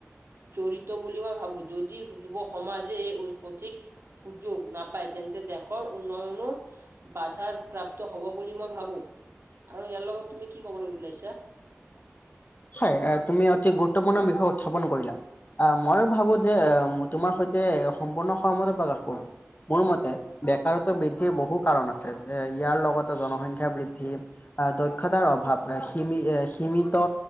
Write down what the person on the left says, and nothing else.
হয়, তুমি অতি গুৰুত্বপূৰ্ণ বিষয় উত্থাপন কৰিলা। আ, মইয়ো ভাবো যে তোমাৰ সৈতে সম্পূৰ্ণ সহমতে প্ৰকাশ কৰোঁ। মোৰ মতে বেকাৰত্ব বৃদ্ধিৰ বহু কাৰণ আছে। এ ইয়াৰ লগতে জনসংখ্যা বৃদ্ধি আ, দক্ষতাৰ অভাৱ। সীমি-সীমিত